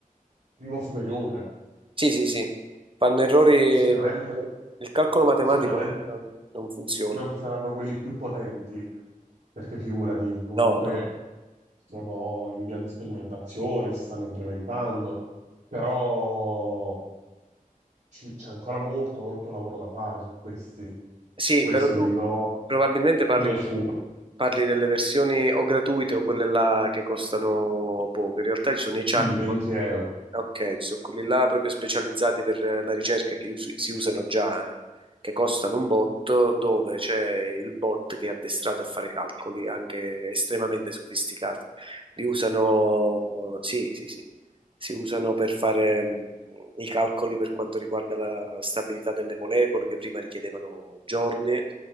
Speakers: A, on the right; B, on the right.
A: primo superiore.
B: Sì, sì, sì, fanno errori
A: Sicuramente,
B: per... Il calcolo matematico
A: sicuramente
B: eh, non funziona.
A: non saranno quelli più potenti, perché figurati, comunque
B: No, no.
A: sono in via di sperimentazione, si stanno implementando, però ci- c'è ancora molto, molto lavoro da fare su questi.
B: Sì,
A: Questo
B: però tu
A: dico,
B: probabilmente parli,
A: secondo me ci vuole,
B: parli delle versioni o gratuite o quelle là che costano poco. In realtà ci sono i chatbot.
A: sì, 20 euro.
B: Ok, ci sono quelli là proprio specializzati per eh, la ricerca che us- si usano già, eh, che costano un botto, dove c'è il bot che è addestrato a fare calcoli anche estremamente sofisticati. Li usano, eh, sì, sì, sì si usano per fare mh, i calcoli per quanto riguarda la stabilità delle molecole, che prima richiedevano giorni,